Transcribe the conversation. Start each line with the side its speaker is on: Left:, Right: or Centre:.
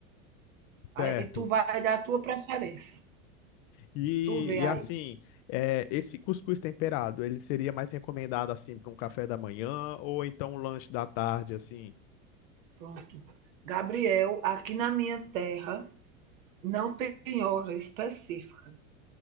Right: Aí
Left: Certo.
Right: tu vai dar a tua preferência.
Left: E,
Right: Tu vê
Left: e assim,
Right: aí.
Left: é, esse cuscuz temperado, ele seria mais recomendado assim para um café da manhã ou então um lanche da tarde, assim.
Right: Pronto. Gabriel, aqui na minha terra não tem hora específica.